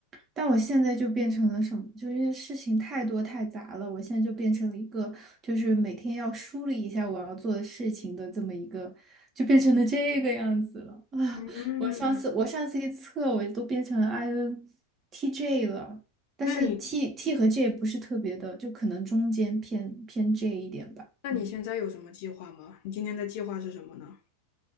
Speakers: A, on the right (about 25°); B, on the left (about 50°).
A: 但我现在就变成了什么？就因为事情太多太杂了，我现在就变成了一个，就是每天要梳理一下我要做的事情的这么一个，就变成了这个样子了。啊，
B: 嗯，
A: 我上次我上次一测，我都变成了 INTJ 了，但是
B: 那你
A: T T 和 J 不是特别的，就可能中间偏偏 J 一点吧。
B: 那你现在有什么计划吗？
A: 嗯。
B: 你今天的计划是什么呢？